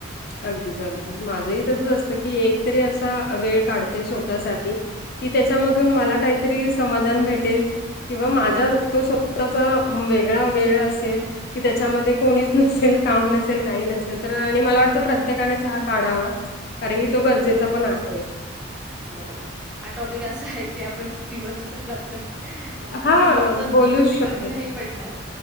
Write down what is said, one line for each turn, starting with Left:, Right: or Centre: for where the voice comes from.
Left: अगदीच अगदीच माझंही तसच असतं की एकतरी असा वेळ काढते स्वतःसाठी कि त्याच्यामधून मला काहीतरी समाधान भेटेल. किंवा माझा तो स्वतःचा वेगळा वेळ असेल कि त्याच्यामध्ये कोणीच नसेल काम नसेल काही नसेल तर आणि मला वाट प्रत्येकानेच हा काढावा कारण की तो गरजेचा
Centre: अगदीच.
Left: पण आहे
Centre: बरोबर हा टॉपिक असा आहे की आपण दिवसभर रात्र
Left: हा
Centre: ती दोन तास
Left: बोलूच
Centre: बोललं तरी
Left: शकतो
Centre: कमी नाही पडणार